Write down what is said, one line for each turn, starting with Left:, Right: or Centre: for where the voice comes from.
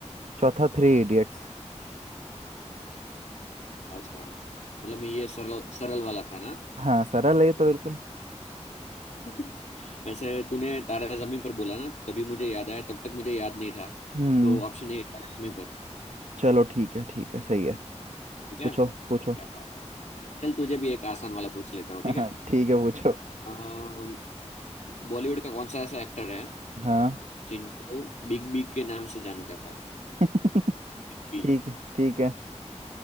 Right: चौथा थ्री इडियट्स
Left: अच्छा मतलब ये सरल सरल वाला था ना
Right: हाँ सरल है ये तो बिल्कुल
Left: <laughs> वैसे तूने तारा जमीन पर बोला ना तभी मुझे याद आया तब तक मुझे याद नहीं था
Right: हम्म
Left: तो ऑप्शन ए तारा जमीन पर
Right: चलो ठीक है ठीक है सही है
Left: ठीक है
Right: पूछो पूछो
Left: क्या बात है चल तुझे भी एक आसान वाला पूछ लेता हूँ ठीक
Right: <laughs>
Left: है
Right: ठीक है पूछो
Left: अम, बॉलीवुड का कौन सा ऐसा एक्टर है
Right: हाँ
Left: जिनको बिग बी के नाम से जाना जाता है
Right: <laughs>
Left: Big B
Right: ठीक है ठीक है